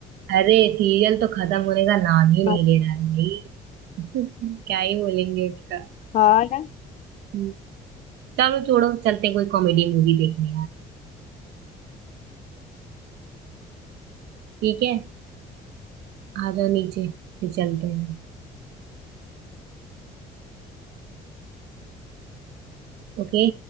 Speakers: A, on the right; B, on the left.
A: अरे सीरियल तो खत्म होने का नाम ही नहीं
B: हाँ
A: ले रहा है भाई <laughs> क्या ही बोलेंगे उसका
B: हाँ ना
A: हम्म, चलो छोड़ो चलते हैं कोई कॉमेडी मूवी देखने यार ठीक है आ जाओ नीचे फिर चलते हैं ओके